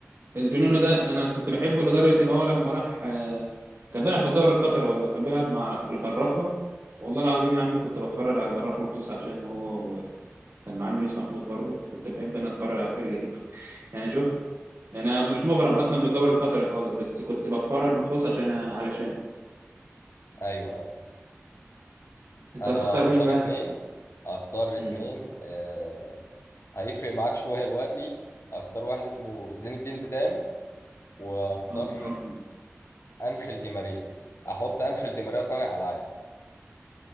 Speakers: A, on the right; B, on the left.
A: جونينو ده انا كنت بحبه لدرجه ان هو لما راح آه، كان بيلعب في الدوري القطري والله كان بيلعب مع في الغرافه والله العظيم يا عم كنت بتفرج على الغرافه مخصوص عشان هو وكان معاه يونس محمود برضه كنت بحب انا اتفرج على الفرقه دي <laughs> يعني شوف يعني انا مش مغرم اصلا بالدوري القطري خالص بس كنت بتفرج مخصوص عشان علشان
B: ايوه أيوة.
A: انت
B: انا
A: هتختار
B: هختار
A: مين بقى
B: اتنين هختار اتنين
A: امم
B: آه هيفرق معاك شوية دلوقتي هختار واحد اسمه زين الدين زيدان واختار
A: يا نهار ابيض
B: انخيل دي ماريا احط انخيل دي ماريا صانع العاب